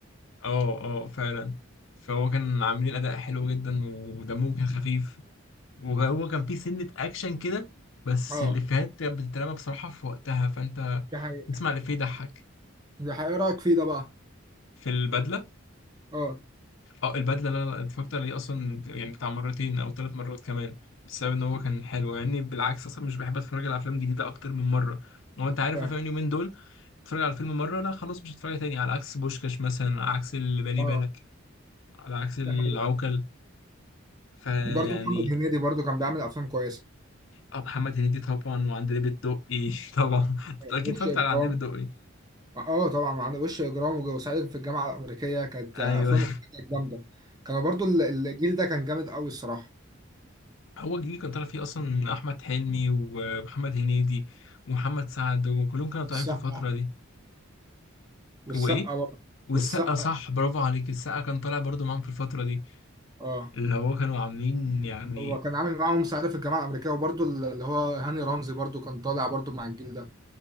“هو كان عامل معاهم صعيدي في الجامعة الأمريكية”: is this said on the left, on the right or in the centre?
Right